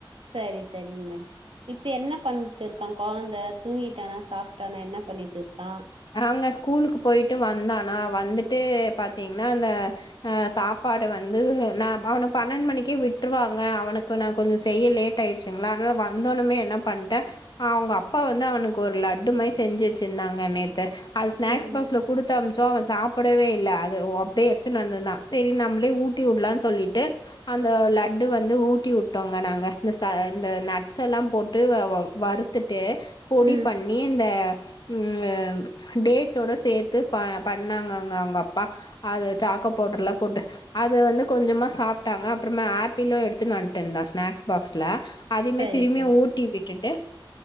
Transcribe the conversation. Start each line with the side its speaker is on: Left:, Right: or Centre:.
Right: சரி சரிங்க இப்ப என்ன பண்ட்டு இருக்கா கொழந்தை தூங்கிட்டானா சாப்ட்டானா என்ன பண்ணிட்டு இருக்கா
Left: அங்கே ஸ்கூலுக்கு போயிட்டு வந்தானா வந்துட்டு பாத்தீங்கன்னா அந்த ஆ சாப்பாடு வந்து நா அவனை பன்னெண் மணிக்கே விட்டுருவாங்க அவனுக்கு நா கொஞ்சம் செய்ய லேட் ஆயிடுச்சுங்களா அதனால் வந்தோனமே என்ன பண்ட்டேன் அவங்க அப்பா வந்து அவனுக்கு ஒரு லட்டு மாதிரி செஞ்சு வச்சருந்தாங்க நேத் த்து அது ஸ்நாக்ஸ்
Right: ம்.
Left: பாக்ஸ்ல குடுத்து அம்ச்சம் அவ சாப்பிடவே ல அது அப்படியே எடுத்துட்டு வந்த தான் சரி நம்மளே ஊட்டி உட்லாம்னு சொல்லிட்டு அந்த லட்டு வந்து ஊட்டி விட்டோங்க நாங்க இந்த ச இந்த நட்ஸ் எல்லாம் போட்டு வருத்து ட்டு பொடி
Right: ம்
Left: பண்ணி இந்த உம் அ டேட்ஸோட சேர்த்து ப பண்ணாங்க அங்க அவங்க அப்பா அது சாக்கா பவுடர்லாம் போட்டு அத வந்து கொஞ்சமா சாப்டானா அப்புறமா ஆப்பிளோ எடுத்துட்டு வந்துடு இருந்த ஸ்நாக்ஸ் பாக்ஸ்ல அதுமே
Right: சரி
Left: திரும்பி
Right: சரி
Left: ஊட்டி விட்டுட்டு